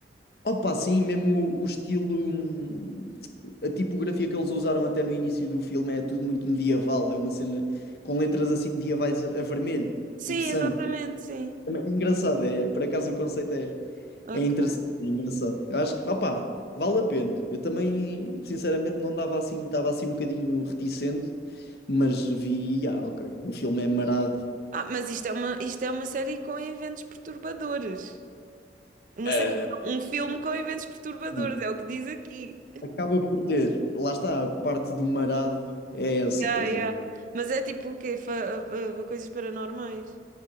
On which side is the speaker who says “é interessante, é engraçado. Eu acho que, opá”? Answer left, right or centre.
Left